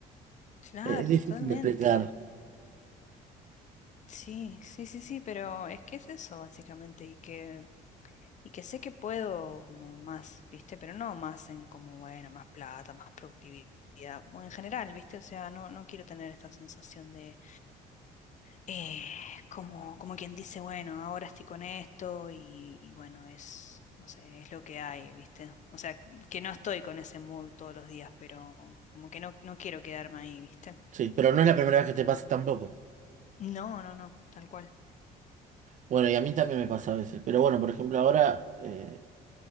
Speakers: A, on the left; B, on the right.
A: Claro,
B: Eh, Es difícil
A: totalmente.
B: de explicar,
A: Sí, sí, sí, sí, pero es que es eso básicamente y que y que sé que puedo como más, ¿viste? Pero no más en como bueno, más plata, más productividad, como en general, ¿viste? O sea, no no quiero tener esta sensación de eh, como como quien dice, bueno, ahora estoy con esto y, y bueno, es no sé, es lo que hay, ¿viste? O sea, que no estoy con ese mood todos los días, pero como que no no quiero quedarme ahí, ¿viste?
B: sí, pero no es la primera vez que te pasa tampoco.
A: No, no, no, tal cual.
B: Bueno, y a mí también me pasa a veces, pero bueno, por ejemplo, ahora, eh,